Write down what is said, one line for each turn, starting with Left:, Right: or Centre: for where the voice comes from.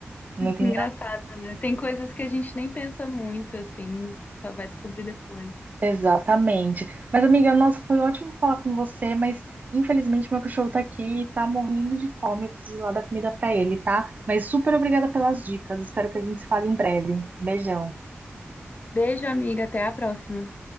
Right: Muito engraçado.
Left: engraçado, né? Tem coisas que a gente nem pensa muito, assim, só vai descobrir depois.
Right: Exatamente. Mas, amiga, nossa, foi ótimo falar com você, mas infelizmente meu cachorro tá aqui e tá morrendo de fome. Eu preciso ir lá dar comida pra ele, tá? Mas super obrigada pelas dicas. Espero que a gente se fale em breve. Beijão.
Left: Beijo, amiga, até a próxima.